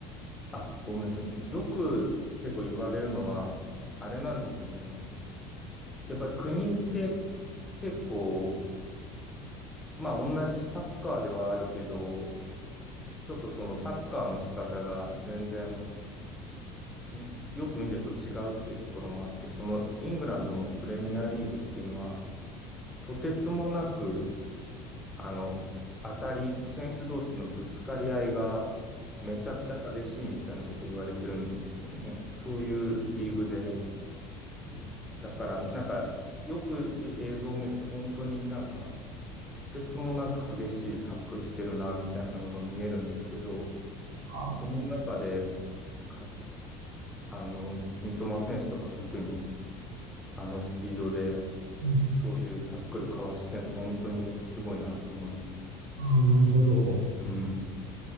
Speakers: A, on the left (about 20°); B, on the right (about 75°).
A: あ、ごめんなさい。よく結構言われるのは、あれなんですよね。やっぱり国で結構、まあ同じサッカーではあるけど、ちょっとそのサッカーの仕方が全然じよく見ると違うっていうところもあって、そのイングランドのプレミアリーグっていうのは、とてつもなくあの、当たり、選手同士のぶつかり合いがめちゃくちゃ激しいみたいなこと言われてるんですよね。そういうリーグで。でだから、なんか、よくゆ映像を見ると、本当になんか、とてつもなく激しいタックルしてるな、みたいなのが見えるんですけど、
B: んは、
A: その中で、か、あの、三笘選手とか特に、あのスピードで、
B: うん
A: そういうタックルかわしてるの、本当にすごいなと思いますよ。
B: ああ、なるほど。
A: うん。